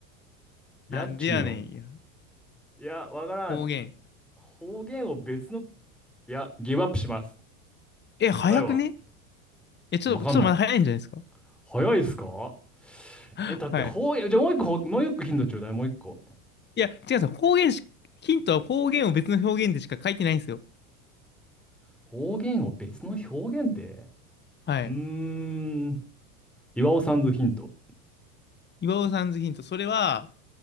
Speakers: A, in the centre; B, on the left (about 25°).
A: やっちゅうの。
B: なんでやねん。いや
A: いや、わからん。
B: 方言。
A: 方言を別の、いや、ギブアップします。
B: え、早くね
A: 答えは、
B: え、ちょっと、
A: わかんない。
B: ちょっとまだ早いんじゃないですか
A: 早いっすか
B: <laughs>
A: え、だって方言、
B: はい。
A: じゃあもう一個、もう一個ヒントちょうだい、もう一個。
B: いや、違うんですよ。方言し、ヒントは方言を別の表現でしか書いてないんですよ。
A: 方言を別の表現で。
B: はい。
A: うーん、岩尾さんのヒント。
B: 岩尾さんズヒント。それは、